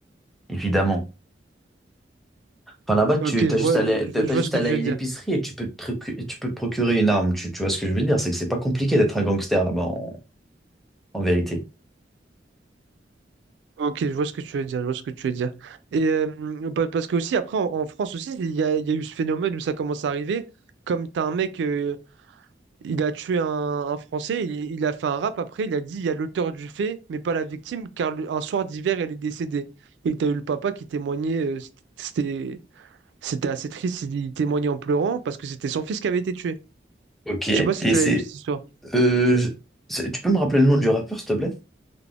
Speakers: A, in the centre; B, on the right.
A: évidemment. Enfin, là-bas, tu
B: Ok,
A: t'as
B: je
A: juste
B: vois,
A: à aller,
B: je,
A: t'as t'as
B: je vois
A: juste
B: ce que
A: à
B: tu
A: aller
B: veux
A: à une
B: dire.
A: épicerie et tu peux te, procu- et tu peux te procurer une arme. Tu, tu vois ce que je veux dire? C'est que c'est pas compliqué d'être un gangster là-bas en, en vérité.
B: Ok, je vois ce que tu veux dire. Je vois ce que tu veux dire. Et euh, pa- parce que aussi, après, en, en France aussi, il y a, il y a eu ce phénomène où ça commence à arriver. Comme t'as un mec. euh, Il a tué un, un Français, il, il a fait un rap après, il a dit il y a l'auteur du fait, mais pas la victime, car le- un soir d'hiver, elle est décédée. Et t'as eu le papa qui témoignait, euh, c'était c'était assez triste, il, il témoignait en pleurant parce que c'était son fils qui avait été tué.
A: Ok, et
B: Je sais pas si tu
A: c'est...
B: l'avais vu cette histoire.
A: euh, je- c'est- tu peux me rappeler le nom du rappeur, s'il te plaît?